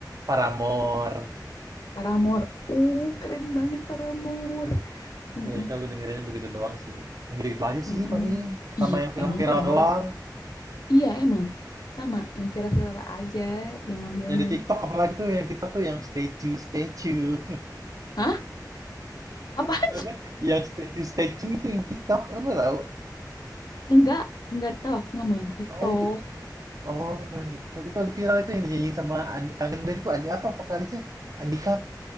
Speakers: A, on the right (about 50°); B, on the left (about 65°).
A: Paramore.
B: Paramore. Uh, keren banget Paramore. Heeh,
A: Ya, itu aku dengerinnya begitu doang sih. Yang gitu-gitu aja
B: heeh.
A: sih paling. Sama
B: Iya,
A: yang viral-viral
B: emang Paramore?
A: doang.
B: Iya, emang. Sama, yang viral-viral aja yang ngambilnya.
A: Yang di TikTok apalagi tuh, yang TikTok tuh yang statue, statue.
B: Hah? Apaan
A: <laughs> Tau nggak? Yang statue, statue itu yang TikTok. Aku nggak tahu.
B: <laughs> Enggak, enggak tahu. Aku nggak main TikTok.
A: Ah, itu, Oh, teman TikTok. Itu aku viral itu yang dinyanyiin sama And- Kangen Band tuh Andi apa vokalisnya? Andika.